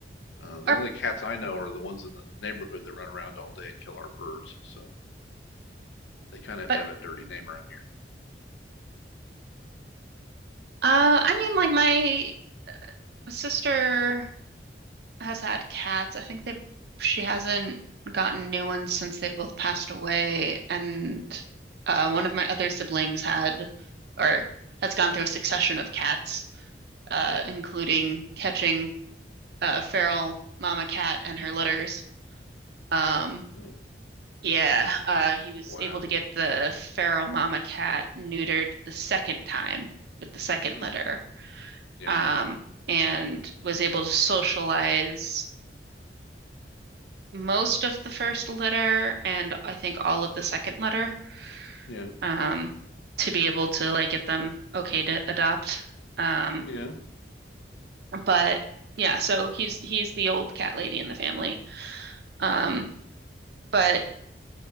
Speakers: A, on the left; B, on the right.
A: Uh, the
B: Or
A: only cats I know are the ones in the neighborhood that run around all day and kill our birds. So they kind of
B: but
A: have a dirty name around here.
B: uh, I mean, like my sister has had cats. I think they she hasn't gotten new ones since they both passed away. And uh, one of my other siblings had or has gone through a succession of cats, uh, including catching a feral mama cat and her litters. Um,
A: Oh,
B: yeah, uh, he was
A: wow.
B: able to get the feral mama cat neutered the second time with the second
A: hmm
B: litter.
A: Yeah.
B: Um, and was able to socialize most of the first letter and I think all of the second letter
A: Yeah.
B: um, to be able to like get them okay to adopt. Um,
A: Yeah.
B: but yeah, so he's he's the old cat lady in the family. Um, but